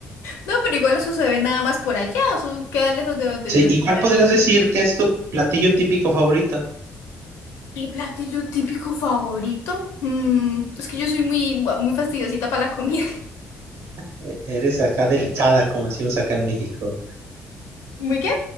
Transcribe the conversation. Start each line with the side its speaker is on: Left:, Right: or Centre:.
Left: No, pero igual eso se ve nada más por allá, eso queda lejos de donde
Right: Sí,
Left: yo estoy.
Right: ¿y cuál podrías decir que es tu platillo típico favorito?
Left: Mi platillo típico favorito. Mm, es que yo soy muy, muy fastidiosita para la comida.
Right: E- Eres acá delicada, como decimos acá en México.
Left: <laughs> ¿Muy qué?